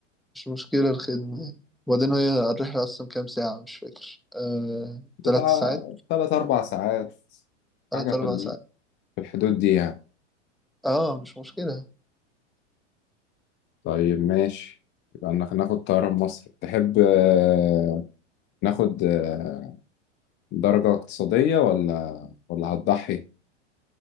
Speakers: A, in the centre; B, on the left.
A: مش مشكلة الخدمة يعني وبعدين هي الرحلة أصلا كام ساعة مش فاكر آه... تلات
B: بتاع
A: ساعات
B: تلات أربع ساعات
A: تلات
B: حاجة في
A: أربع
B: ال-
A: ساعات
B: في الحدود دي يعني
A: اه مش مشكلة
B: طيب ماشي يبقى ناخ- ناخد طيران مصر تحب آه، ناخد آه، درجة اقتصادية ولا ولا هتضحي؟